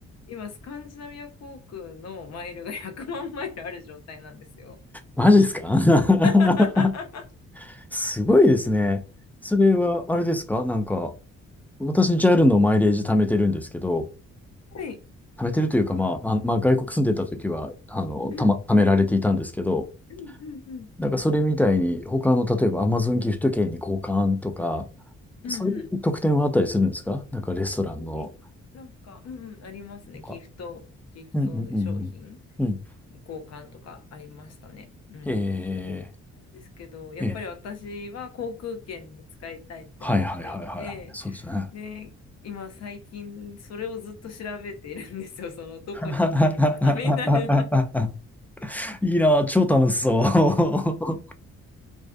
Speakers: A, on the left; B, in the centre.
A: 今、スカンジナビア航空のマイルが <laughs> 100万マイルある状態なんですよ
B: マジですか <laughs>
A: <laughs>。は
B: すごいですね。それは、あれですかなんか、私、JAL のマイレージ貯めてるんですけど、
A: い。
B: 貯めてるというか、まあ、あ、まあ、外国住んでた時は、あの、
A: うん、
B: たま、貯められていたんですけど、
A: うん、うん、うん、
B: なんかそれみたいに、他の、例えば Amazon ギフト券に交換とか、
A: うん、
B: そういう特典はあったりするんですかなんかレストランの、
A: うん。はいなんか、うんうん、ありますね。
B: とか。
A: ギフト、ギフト商品
B: うんうんうんうん。うん。
A: に交換とかありましたね。うん。
B: ええ
A: なんですけど、やっぱり私は航空券に使いたいって思っていて、
B: ええはいはいはいはいはい。そうですね。
A: で、今最近それをずっと調べているんですよ。<laughs> そのどこに行けるかなみたいな。
B: <laughs> いいなぁ、超楽しそう。